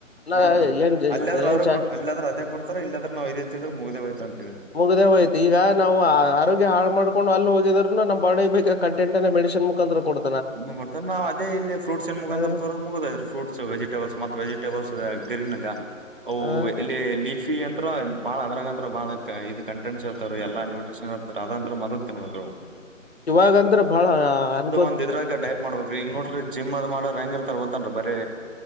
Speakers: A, on the left (about 50°); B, on the right (about 40°).
A: ನಾ
B: ಹಾ ರೀ
A: ಏನ್
B: ಅಲ್ಲಾದ್ರ ಅವ್ರರು
A: ಏನ್ ಚಾ
B: ಕೊ ಅಲ್ಲಾದ್ರೆ ಅದೇ ಕೊಡ್ತಾರ ಇಲ್ಲಾದ್ರೆ ನಾವ್ ಇದೇ ತಿಂದ್ರೆ ಮುಗ್ದೇ ಹೋಯ್ತ ಅಂತ ಹೇಳಿ
A: ಮುಗಿದೇ ಹೋಯ್ತು ಈಗ ನಾವು ಆರೋಗ್ಯ ಹಾಳು ಮಾಡ್ಕೊಂಡು ಅಲ್ಲಿ ಹೋಗಿದ್ರ ನಮ್ಮ ಬಾಡಿ ಬೇಕ ಕಂಟೆಟ್ ಅ ಮೆಡಿಸಿನ್ ಮುಖಾಂತರ ಕೊಡ್
B: <inaudible> ಡ್ತಾರ ನಾವ ಅದೇ ಇಲ್ಲಿ ಫ್ರೂಟ್ಸನ್ ಮುಖಾಂತರ
A: ಹ
B: ತೋರದ ಮುಗದ ಹೋಯ್ತು ಫ್ರೂಟ್ಸ್ ವೆಜಟಬಲ್ ಮತ್ತ ವಜಿಟೇಬಲ್ಸ್ ಇದಗಿ ಗರಿನ್ಂಗ ಅವು
A: ಹ
B: ಎಲಿ ಇಫಿ ಅಂತ್ರ ಬಾಳ ಅದ್ರಾಗಂತ್ರ ಬಹಳ ಇದು ಕಂಟೆಂಟ್ಸ್ ಇರತಾವ್ರಿ ಎಲ್ಲಾ ನ್ಯೂಟ್ರಿಷನ್ ಇರ್ತಾವ್ರಿ ಅದ ಅಂತ ಮೊದಲ್ ತಿನ್ಬೇಕವು
A: ಇವಾಗಂದ್ರ ಬಾಳ ಅನ್ಕೋ
B: ಒಂದ್ ಇದ್ರಾಗ ಡಯಟ್ ಮಾಡ್ಬೇಕ್ರೀ ಈಗ ನೋಡ್ರಿ ಜಿಮ್ ಅದು ಮಾಡವ್ರ ಹೆಂಗ ಇರತಾರ ಗೊತ್ತೇನ್ರಿ ಬರೀ